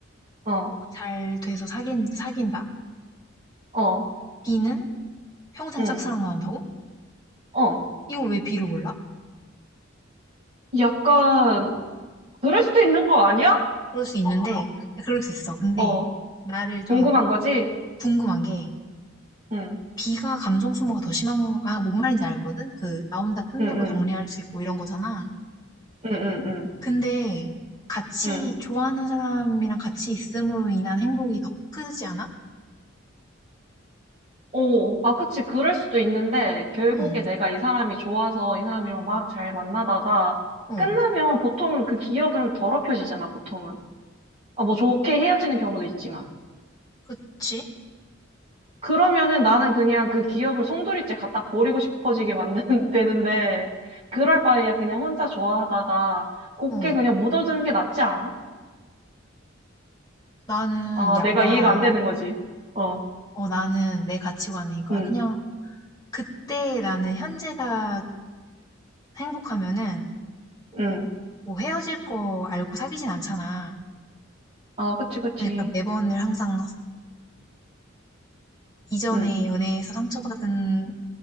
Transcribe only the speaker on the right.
어,
어,
응,
어.
약간, 그럴 수도 있는 거 아니야?
어,
궁금한 거지?
응,
응,
응,
응, 응, 응,
응.
오, 아, 그치. 그럴 수도 있는데, 결국에
내가 이 사람이 좋아서 이 사람이랑 막 잘 만나다가,
끝나면 보통은 그 기억은 더럽혀지잖아, 보통은. 아, 뭐 좋게 헤어지는 경우도 있지만.
그러면은 나는 그냥 그 기억을 송두리째 갖다 버리고 싶어지게 만드는, <laughs> 되는데, 그럴 바에야 그냥 혼자 좋아하다가 곱게
그냥 묻어두는 게 낫지 않아?
아,
내가 이해가 안 되는 거지. 어,
응,
응.
아, 그치, 그치.
응,